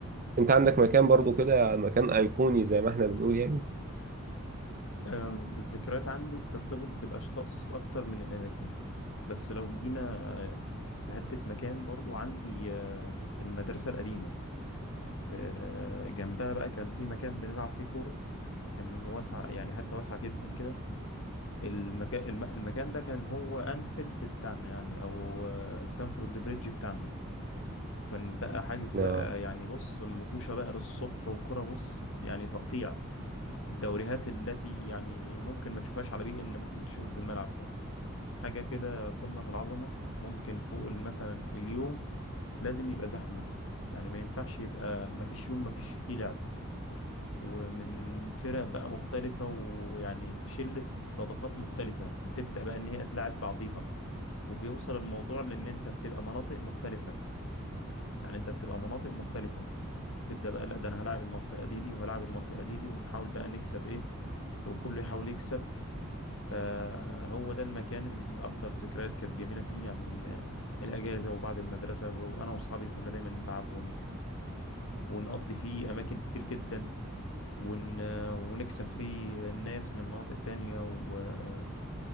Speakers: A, on the right (about 40°); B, on the left (about 60°).
A: أنت عندك مكان برضو كده مكان أيقوني زي ما إحنا بنقول يعني
B: أم، الذكريات عندي بترتبط بالاشخاص اكتر من الاماكن بس لو جينا آه، في حتة مكان برضو عندي آه، المدرسة القديمة في- آه، جنبها بقى كان في مكان بنلعب فيه كورة كان واسع يعني حتة واسعة جدا كده المكان المكان ده كان هو أنفيلد بتاعنا يعني أو آه، ستانفورد بريدج بتاعنا كان بقى حجز بقى
A: آه
B: يعني بص مطوشة بقى للصبح وكرة بص يعني تقطيع الدوريات التي يعني ممكن ما تشوفهاش على بيئة إن ممكن تشوفها في الملعب ده حاجة كده قمة في العظمة ممكن فوق مثلا اليوم لازم يبقى زحمة يعني ما ينفعش يبقى ما فيش يوم ما فيش فيه لعب ومن فرق بقى مختلفة ويعني شلة صداقات مختلفة بتبدأ بقى إن هي تلاعب بعضيها وبيوصل الموضوع لان انت بتبقى مناطق مختلفه يعني انت بتبقى مناطق مختلفه بتبدا بقى لا ده انا هلاعب المنطقه دي دي وهلاعب المنطقه دي دي ونحاول بقى نكسب ايه وكله يحاول يكسب فهو ده المكان اللي اكتر ذكريات كانت جميله فيه يعني آه، الاجازه وبعد المدرسه وانا واصحابي كنا دايما نلعب ونقضي فيه أماكن كتير جدا ون... ونكسب فيه الناس من مناطق تانية وفاهم